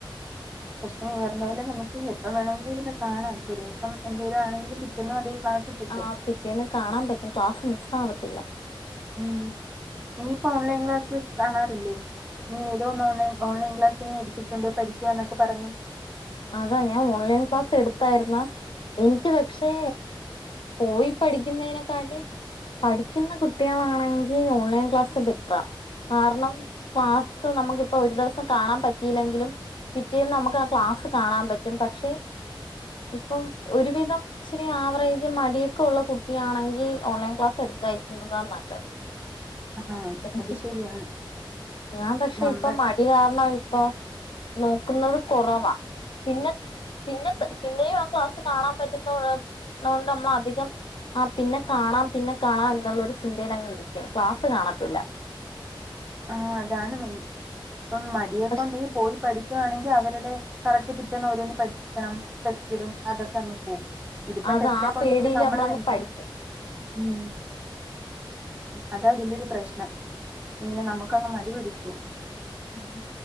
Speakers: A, on the right; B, on the left.
A: പക്ഷെ നീ പറഞ്ഞ പോലെ നമുക്ക് എപ്പം വേണമെങ്കിൽ കാണാൻ ഇപ്പം ഒരൂസം എന്തെലും ആണെങ്കിലും പിറ്റേന്നും അതേ ക്ലാസ് കിട്ടും
B: ആ പിറ്റേന്ന് കാണാൻ പറ്റും ക്ലാസ്സ് മിസ് ആവത്തില്ല
A: ഉം നീ ഇപ്പൊ ഓൺലൈൻ ക്ലാസ് കാണാറില്ലേ നീതു വന്ന് ഓൺ ഓൺലൈൻ ക്ലാസിനു ഇരുത്തിട്ടുണ്ട് പഠിക്കവാന്നൊക്കെ പറഞ്ഞു
B: അതാ ഞാൻ ഓൺലൈൻ ക്ലാസ് എടുത്തായിരുന്നാ എനിക്ക് പക്ഷേ പോയി പഠിക്കുന്നതിനെക്കാട്ടി പഠിക്കുന്ന കുട്ടികളാണെങ്കിൽ ഓൺലൈൻ ക്ലാസ് ബെറ്ററാ കാരണം ക്ലാസ്സ്‌ നമുക്കിപ്പൊ ഒരു ദിവസം കാണാൻ പറ്റിയില്ലെങ്കിലും പിറ്റേന്ന് നമുക്ക് ആ ക്ലാസ് കാണാൻ പറ്റും പക്ഷെ ഇപ്പം ഒരുവിധം ഇച്ചിരി ആവറേജ് മടിയൊക്കെ ഉള്ള കുട്ടിയാണെങ്കിൽ ഓൺലൈൻ ക്ലാസ് എടു ക്കാതിരിക്കുന്നതാ നല്ലത്
A: അആഹ
B: എനിക്ക്
A: അത് ശരിയാണ്.
B: ഞാൻ പക്ഷെ
A: നമ്മൾ
B: ഇപ്പൊ മടി കാരണായി പ്പോ നോക്കുന്നത് കുറവാ പിന്നെ പിന്നെക്ക് പിന്നെയും ആ ക്ലാസ്സ് കാണാൻ പറ്റുനൊണ്ട് നോണ്ട് നമ്മളധികം ആ പിന്നെ കാണാം പിന്നെ കാണാംന്നുള്ളോരു ചിന്തയിൽ അങ്ങ് ഇരിക്കും ക്ലാസ് കാണതില്ല.
A: ആ അതാണ് മെയിൻ ഇപ്പം മടിയെപ്പ
B: പക്ഷെ
A: ണ്ട് പോയി പഠി വാണെങ്കിൽ അവരുടെ കറക്റ്റ് പിറ്റന്ന് ഓരോന്ന് പഠിക്കണം ടെസ്റ്റ്‌ടും അതൊക്കെ അങ്ങ് പോകും ഇതിപ്പം
B: അത്
A: ടെസ്റ്റ്
B: ആ
A: ഒക്കെ
B: പേടിയില്
A: ഉണ്ടെങ്കിലും നമ്മള്
B: നമ്മളങ്ങ്
A: തന്നെ
B: പഠിക്കും
A: ഉം അത അതിന്റെ ഒരു പ്രശ്നം മ്മ് നമക്കങ്ങ് മടിപടിക്കും
B: ആഹ